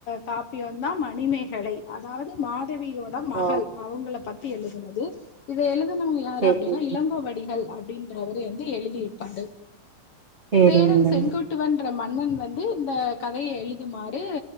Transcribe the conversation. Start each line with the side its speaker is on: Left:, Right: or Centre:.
Left: காப்பியொந்தா மணிமேகலை அதாவுது மாதவியோட மகள்
Right: ஓ
Left: அவுங்களப் பத்தி எழுதுனது இத எழுதுனவுங்க யாரு
Right: சேரி
Left: அப்டினா
Right: சேரி
Left: இளங்கோவடிகள் அப்டின்றவரு வந் து எழுதிருப்பாரு
Right: சேரிங்க
Left: சேரன்
Right: மேடம்
Left: செங்குட் டுவன்ற மன்னன் வந்து இந்தக் கதைய எழுதுமாறு